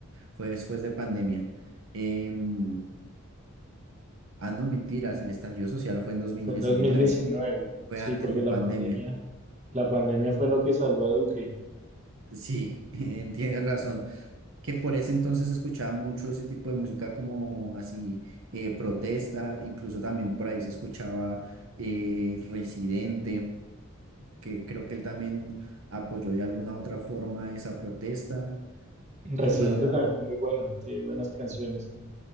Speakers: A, on the right; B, on the right.
A: fue después de pandemia. Em, ah, no, mentiras, el estallido social fue en dos mil
B: Fue
A: diecinueve
B: en dos mil diecinueve,
A: fue
B: sí,
A: antes
B: porque
A: de
B: la
A: pandemia.
B: pandemia, la pandemia fue lo que salvó a Duque.
A: Sí, <laughs> em, tienes razón. Que por ese entonces escuchaba mucho ese tipo de música como así, eh, protesta, incluso también por ahí se escuchaba eh, Residente. que creo que él también apoyó de alguna otra forma esa protesta.
B: Residente
A: Y bueno, ta-
B: también es muy bueno, tiene buenas canciones.